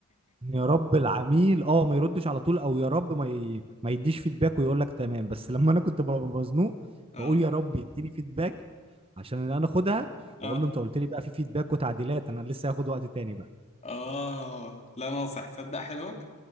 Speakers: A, on the right (about 25°); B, on the left (about 30°).
A: إن يا رب العميل اه ما يردش على طول او يا رب ما ي... ما يديش فيدباك ويقول لك تمام بس لما انا كنت ببقى مزنوق
B: <laughs> اه
A: بقول يا رب يديني فيدباك عشان انا اخدها
B: اه
A: واقول له انت قلت لي بقى في فيدباك وتعديلات انا لسه هاخد وقت تاني بقى
B: اه لا ناصح تصدق حلوه